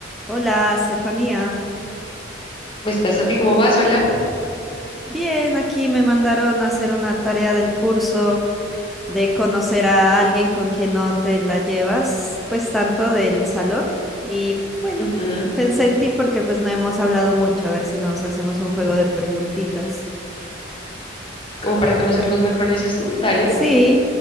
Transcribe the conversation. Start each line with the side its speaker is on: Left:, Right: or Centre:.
Centre: Hola, Estefanía.
Left: ¿Cómo estás, Sofi? ¿Cómo vas? Hola.
Centre: Bien, aquí me mandaron a hacer una tarea del curso de conocer a alguien con quien no te la llevas, pues tanto del salón. Y bueno,
Left: Ujú.
Centre: pensé en ti porque pues no hemos hablado mucho, a ver si nos hacemos un juego de preguntitas.
Left: Como para conocernos mejor, dices tú. Dale,
Centre: Sí,